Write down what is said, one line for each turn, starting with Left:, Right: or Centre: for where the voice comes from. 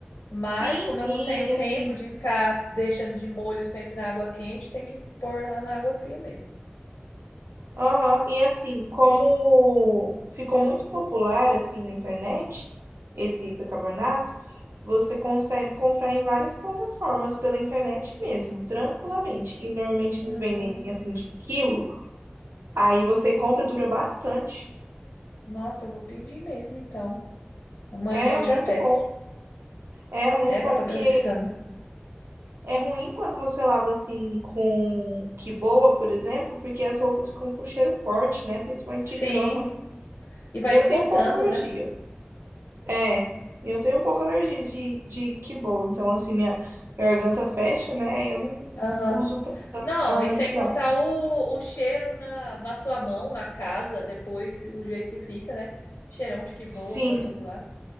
Left: Mas,
Right: Sim,
Left: como eu
Right: e
Left: não tenho tempo
Right: assim,
Left: de ficar deixando de molho sempre na água quente, tem que pôr lá na água fria mesmo.
Right: Aham, E assim, como ficou muito popular assim na internet, esse bicarbonato, você consegue comprar em várias plataformas pela internet mesmo, tranquilamente. E normalmente
Left: Hum,
Right: eles vendem assim de quilo, aí você compra, dura bastante.
Left: nossa, eu vou pedir mesmo então. Amanhã
Right: É
Left: eu
Right: muito
Left: já peço.
Right: bom, é muito
Left: É que
Right: bom,
Left: eu tô
Right: porque
Left: precisando.
Right: é ruim quando você lava assim com que boa, por exemplo, porque as roupas ficam com cheiro forte, né? Principalmente
Left: Sim,
Right: de cama.
Left: e vai
Right: Eu
Left: desbotando,
Right: tenho um pouco alergia.
Left: né?
Right: É, eu tenho um pouco alergia de, de kibble, então assim, minha garganta fecha, né? Aí eu não
Left: Aham.
Right: uso tanto,
Left: Não,
Right: normalmente
Left: e sem contar
Right: não.
Left: o, o cheiro na, na sua mão, na casa, depois o jeito que fica, né? Cheirão de que boa
Right: Sim,
Left: pra todo lado.